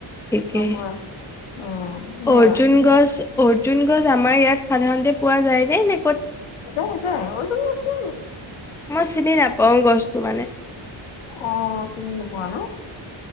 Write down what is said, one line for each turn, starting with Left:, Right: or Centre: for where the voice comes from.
Centre: ঠিকে
Left: গম পোৱা অ সেয়া
Centre: অৰ্জুন গছ অৰ্জুন গছ আমাৰ ইয়াত সাধাৰণতে পোৱা যায় যে এনে
Left: যায় যায় অলো আছো
Centre: মই চিনি নাপাও গছটো মানে
Left: অ চিনি নোপোৱা ন